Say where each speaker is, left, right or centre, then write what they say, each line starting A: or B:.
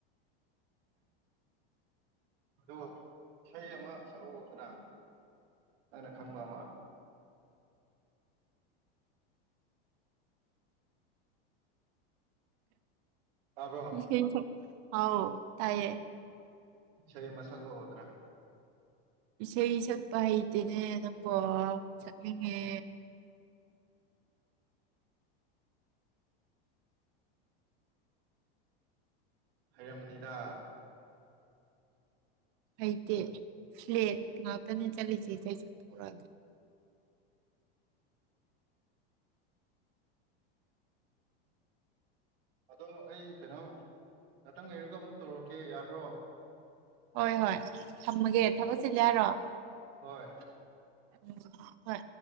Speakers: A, on the right; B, on the right.
A: ꯑ ꯏꯁꯩ ꯑꯃ ꯁꯛꯎꯗꯅ ꯅꯪꯅ ꯈꯪꯕ ꯑꯃ ꯇꯥꯕ꯭ꯔꯣ
B: ꯍ <unintelligible> ꯍꯥꯎ ꯇꯥꯏꯌꯦ
A: ꯏꯁꯩ ꯑꯃ ꯁꯛꯂꯛꯑꯣꯗꯅ
B: ꯏꯁꯩ ꯁꯛꯄ ꯍꯩꯇꯦꯅꯦ ꯅꯪꯕꯨ ꯁꯛꯅꯤꯡꯉꯦ
A: ꯍꯩꯔꯝꯃꯅꯤꯗ
B: ꯍꯩꯇꯦ ꯐ꯭ꯂꯦꯠ ꯉꯥꯛꯇꯅꯦ ꯆꯠꯂꯤꯁꯦ ꯏꯁꯩ ꯆꯊꯣꯔꯛꯑꯗꯅ
A: ꯑꯗꯣ ꯑꯩ ꯀꯩꯅꯣ ꯉꯥꯛꯇꯪ ꯂꯩꯔꯒ ꯑꯃꯨꯛ ꯇꯧꯔꯛꯀꯦ ꯌꯥꯕ꯭ꯔꯣ
B: ꯍꯣꯏ ꯍꯣꯏ ꯊꯝꯃꯒꯦ
A: ꯑꯣ
B: ꯊꯕꯛ ꯆꯜꯂꯦꯔꯣ
A: ꯍꯣꯏ
B: ꯎ ꯍꯣꯏ